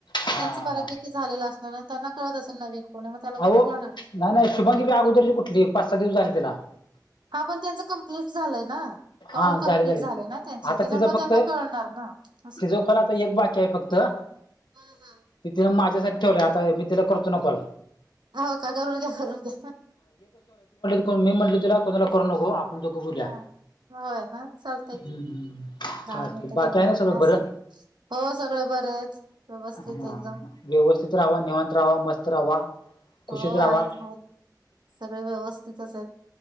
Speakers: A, on the left (about 85°); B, on the right (about 85°).
A: हा
B: त्यांचं
A: हा
B: बऱ्यापैकी
A: हा
B: झालेलं असणार आणि त्यांना कळत असेल नवीन. कोण आहे मग त्या लोकांना
A: अहो
B: कळणार.
A: नाय नाय शुभांगी ताई अगोदरची कुठली पाच सहा दिवस झाली तिला.
B: हा पण त्यांचं कम्प्लीट झालंय ना.
A: हा
B: कॉल कम्प्लीट
A: झाले झाले
B: ना त्यांचे
A: आता
B: त्याच्यामुळे
A: तिचं फक्त
B: त्यांना कळणार ना असं
A: तिचं कॉल आता एक बाकी आहे फक्त फक्त.
B: हा- हा.
A: ती तिनं माझ्यासाठी ठेवले आता मी तिला करतो ना कॉल.
B: हो काका करून घ्या करून घ्या.
A: तर मी म्हटलं तुला कोणाला करू नको आपण दोघं बोलूया.
B: हा हो ना. चालतंय
A: हम्म
B: की.
A: हम्म
B: दहा
A: चालतंय
B: मिंट
A: बाकी
B: तेवढं
A: आहे ना सगळं बरं?
B: असं हो सगळे बरे आहेत व्यवस्थित
A: हा
B: एकदम.
A: व्यवस्थित राहावा, निवांत राहावा, मस्त राहावा. खुशीत
B: हो
A: राहावा
B: आहेत आहेत. सगळे व्यवस्थितच आहेत,